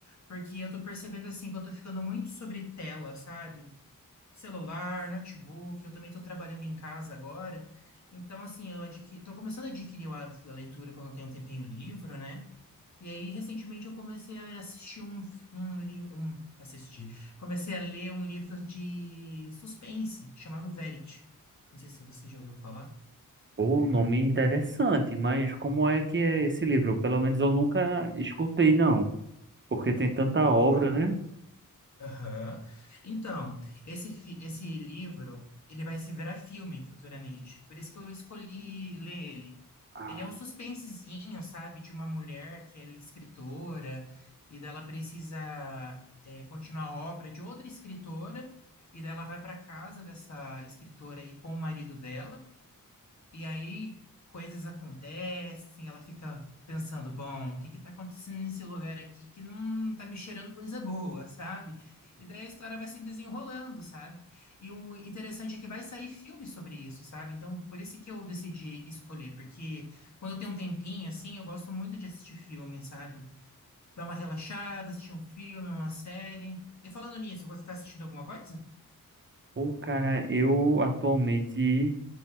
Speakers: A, on the left (about 55°); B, on the right (about 35°).
A: porque eu tô percebendo assim que eu tô ficando muito sobre tela, sabe? Celular, notebook, eu também tô trabalhando em casa agora. Então, assim, eu adqui... tô começando a adquirir o hábito da leitura quando eu tenho um tempinho livre, né? E aí, recentemente, eu comecei a assistir um, um livro. Um... Assistir. Comecei a ler um livro de suspense chamado Verity. Não sei se você já ouviu falar.
B: O nome é interessante, mas como é que é esse livro? Pelo menos eu nunca escutei, não, porque tem tanta obra,
A: Olha,
B: né?
A: aham. Então, esse, fi- esse livro, ele vai se virar filme futuramente. Por isso que eu escolhi ler ele.
B: Ah,
A: Ele é um suspensezinho, sabe, de uma mulher que é escritora e dela precisa é, continuar a obra de outra escritora e dela vai para casa dessa escritora aí com o marido dela. E aí coisas acontecem, ela fica pensando, bom, o que que tá acontecendo nesse lugar aqui que não tá me cheirando coisa boa, sabe? E daí a história vai se desenrolando, sabe? E o interessante é que vai sair filme sobre isso, sabe? Então, por isso que eu decidi escolher, porque quando eu tenho um tempinho assim, eu gosto muito de assistir filme, sabe? Dar uma relaxada, assistir um filme, uma série. E falando nisso, você tá assistindo alguma coisa?
B: pô, cara, eu atualmente